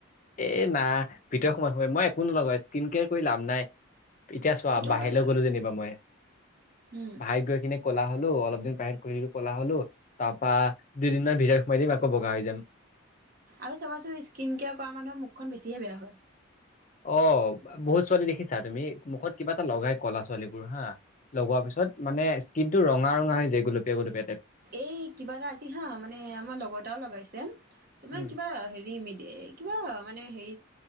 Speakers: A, on the left; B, on the right.
A: এ না ভিতৰত সোমাই সোমাই মই একো নলগাও স্কিন কেয়াৰ কৰি লাভ নাই। এতিয়া চোৱা
B: সেইটো
A: বাহিৰলৈ
B: হয় বাৰু।
A: গ'লো যেনিবা মই,
B: উম
A: বাহিৰত গৈ কিনে ক'লা হলো অলপ দিন বাহিৰত ঘূৰিলোঁ কলা হ'লো তাৰপা দুইদিনমান ভিৰৰত সোমাই দিম আকৌ বগা হৈ যাম।
B: আৰু চাবাচোন স্কিন কেয়াৰ কৰা মানুহৰ মুখখন বেছিহে বেয়া হয়।
A: অ বহুত ছোৱালী দেখিছা তুমি মুখত কিবা এটা লগাই ক'লা ছোৱালীবোৰ হা লগোৱা পিছত মানে স্কিন টো ৰঙা ৰঙা হৈ যায় গুলপীয়া গুলপীয়া টাইপ।
B: এই কিবা এটা আজি হা মানে আমাৰ লগৰ এটাও লগাইছে, তোমাৰ
A: উম
B: কিবা হেৰি ম কিবা মানে হেৰি